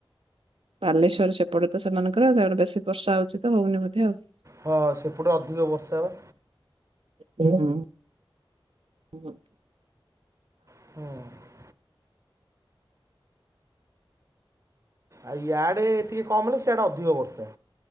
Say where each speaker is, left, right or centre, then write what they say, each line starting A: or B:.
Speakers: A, on the right; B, on the right.
A: ବାଲେଶ୍ଵର ସେପଟେ ତ ସେମାନଙ୍କର ତାପରେ ବେଶୀ ବର୍ଷା ହଉଛି ତ ହଉନି ବଧେ ଆଉ
B: ହଁ ସେପଟେ ଅଧିକ ବର୍ଷା ବା।
A: ହୁଁ ହୁଁ।
B: ହୁଁ। ଆଉ ଇଆଡ଼େ ଟିକେ କମ ହେଲେ ସିଆଡ଼େ ଅଧିକ ବର୍ଷା।